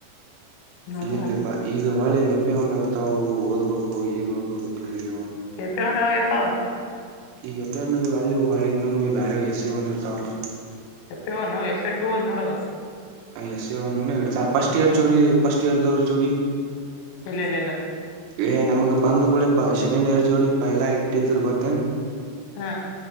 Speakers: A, on the left; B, on the right.
A: ನೋಡು
B: ಏನ್ಲಿಪಾ ಈಗ ಹಾಳೆ ಎಪ್ಪೆ ಒನ್ ಅಡ್ತಾವು ಓದ್ಬೇಕು ಏನ್ ಓದ್ಬೇಕು ತಿಳಿಲ್ವ.
A: ಎಫ್ ಎ ಒನ್ ಯಾವಾಗ ಇರ್ತಾವ
B: ಈ ಎತ್ತನ ಈ ವ್ಯಾಲ್ಯೂ. ಒಳ ಇನ್ನೊಮ್ಮೆ ಬೇರೆ ಎಸ್ಸೇ ಒಂ ದು ಇರ್ತಾವ್ಲ್ಲಾ
A: F A one F A two ಅನ್ ನೋಡ ದು
B: ಎಸ್ ಒನನ್ನು ಇಡ್ತಾರೆ ಫಸ್ಟ್ ಇಯರ್ ಜೋಡಿ ಫಸ್ಟ್ ಇಯರ್ ದವರು ಜೋಡಿ
A: ಇಲ್ಲ ಇಲ್ಲ ಇಲ್ಲ
B: ಏ್ಮ್ಗ್ ಬಂದ್ಗಳ ಇಪ್ಪಾ ಸೆಕೆಂಡ್ ಇಯರ್ ಜೋಡಿ ಇಪ್ಪಾ ಎಲ್ಲಾ ಇಟ್ಟಿದರು ಗೊತ್ತೇನ್
A: ಹ್ಮ